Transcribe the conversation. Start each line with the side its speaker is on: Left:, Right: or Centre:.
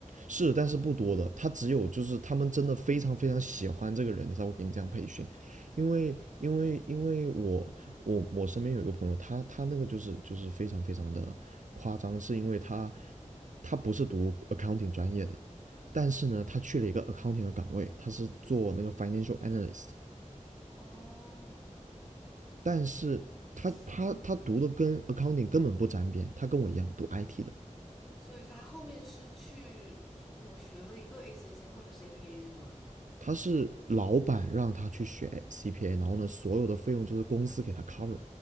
Right: 是，但是不多的，他只有就是他们真的非常非常喜欢这个人，他才会给你这样培训，因为因为因为我我我身边有一个朋友，他他那个就是就是非常非常的夸张，是因为他他不是读 accounting 专业的，但是呢，他去了一个 accounting 的岗位，他是做那个 financial analyst，
Centre: 哦，
Right: 但是他他他读的跟
Centre: 是，
Right: accounting 根本不沾边，他跟我一样读 IT 的，
Centre: 所以他后面是去补学了一个 ACC 或者 CPA，对吗？
Right: 他是老板让他去学 CPA，然后呢，所有的费用就是公司给他 cover。